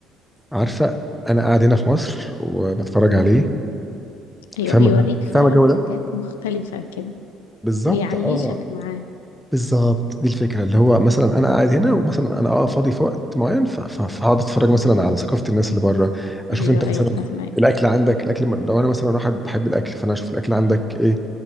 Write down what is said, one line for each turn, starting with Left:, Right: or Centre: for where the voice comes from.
Centre: عارفه انا قاعد هنا في مصر وبتفرج عليه
Left: ايوه
Centre: فاهمه
Left: بيوريك فعلا
Centre: فاهمه الجو
Left: حاجات
Centre: ده
Left: مختلفة كده
Centre: بالظبط
Left: بيعيشك
Centre: اه
Left: معاه
Centre: بالظبط دي الفكره اللي هو مثلا انا قاعد هنا ومثلا انا اه فاضي في وقت معين ف- ف- فهقعد اتفرج مثلا على ثقافه الناس اللي بره اشوف
Left: ايوه
Centre: انت مثلا
Left: ايوه فاهمك
Centre: الاكل عندك الاكل لو انا مثلا واحد بحب الاكل فانا اشوف الاكل عندك ايه